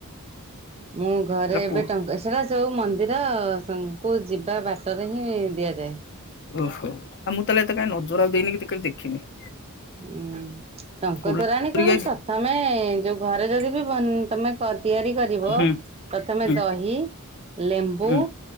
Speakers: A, on the right; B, on the left.
A: ମୁଁ ଘରେ
B: ଏରା
A: ଏବେ
B: କୁହ
A: ଟଙ୍କ ସେରା ସଉ ମନ୍ଦିର କୁ ଯିବା ବାଟରେ ହିଁ ଦିଆଯାଏ।
B: ଓହୋ, ଆଉ ମୁଁ ତାହେଲେ ଏତେ କାହିଁ ନଜର ଆଉ ଦେଇନି କି, ଟିକେ ଦେଖିନି।
A: ଉଁ। ଟଙ୍କ
B: ବୁଲା
A: ତୋରାଣୀ
B: କରିକି
A: କଣ,
B: ଆଇଛି
A: ପ୍ରଥମେ ଯୋଉ, ଘରେ ଯଦି ବି ବନ ତମେ କ ତିଆରି କରିବ।
B: ହୁଁ
A: ପ୍ରଥମେ
B: ହୁଁ।
A: ଦହି, ଲେମ୍ବୁ
B: ହୁଁ